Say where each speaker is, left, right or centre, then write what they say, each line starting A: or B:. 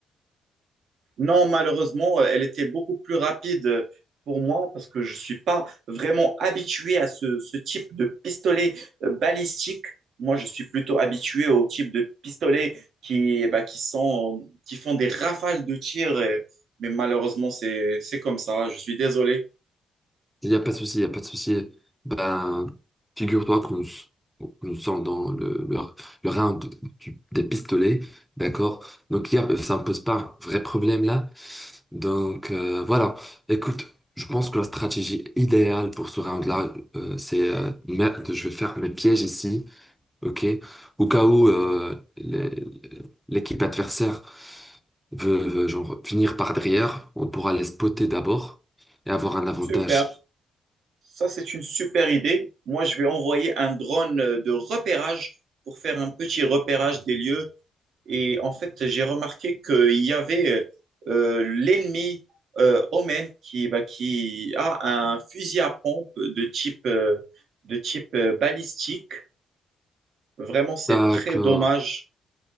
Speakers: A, on the right; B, in the centre.
A: Non, malheureusement, euh, elle était beaucoup plus rapide euh, pour moi parce que je ne suis pas vraiment habitué à ce, ce type de pistolet euh, balistique. Moi, je suis plutôt habitué au type de pistolet qui, bah, qui sont, qui font des rafales de tir. et- mais malheureusement, c'est, c'est comme ça. Je suis désolé.
B: Il n'y a pas de souci, il n'y a pas de souci. Ben, figure-toi que nous, nous sommes dans le, le, le round du- des pistolets, d'accord? Donc, il y a- euh, ça ne pose pas un vrai problème là. Donc, euh, voilà. Écoute, je pense que la stratégie idéale pour ce round-là, euh, c'est euh, mettre- je vais faire mes pièges ici. Ok. Au cas où euh, le- l'équipe adversaire veut, veut, genre venir par derrière, on pourra les spotter d'abord et avoir un avantage.
A: Super. Ça, c'est une super idée. Moi, je vais envoyer un drone euh, de repérage pour faire un petit repérage des lieux Et en fait, j'ai remarqué qu'il y avait euh, l'ennemi euh, Omen qui, bah, qui a un fusil à pompe de type, euh, de type euh, balistique. Vraiment, c'est
B: D'accord.
A: très dommage.